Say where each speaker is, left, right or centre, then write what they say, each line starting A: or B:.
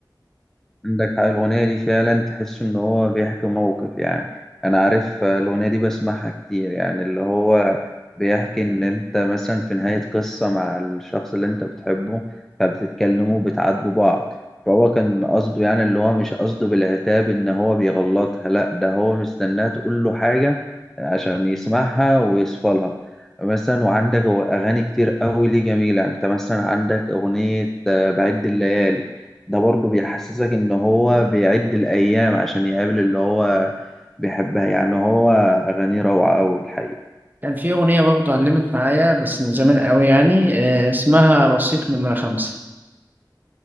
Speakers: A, in the centre; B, on the right.
A: عندك حق الأغنية دي فعلا تحس إن هو بيحكي موقف يعني أنا عارف آه، الأغنية دي بسمعها كتير يعني اللي هو بيحكي إن أنت مثلا في نهاية قصة مع الشخص اللي أنت بتحبه فبتتكلموا بتعاتبوا بعض فهو كان قصده يعني اللي هو مش قصده بالعتاب إن هو بيغلطها لأ ده هو مستناها تقول له حاجة عشان يسمعها ويصفى لها مثلا وعندك أغاني كتير أوي ليه جميلة يعني أنت مثلا عندك أغنية آه، بعد الليالي ده برضه بيحسسك ان هو بيعد الايام عشان يقابل اللي هو بيحبها يعني هو اغانيه روعه أوي الحقيقه
B: كان في أغنية برضه علمت معايا بس من زمان قوي يعني آه، اسمها رصيف نمرة خمسة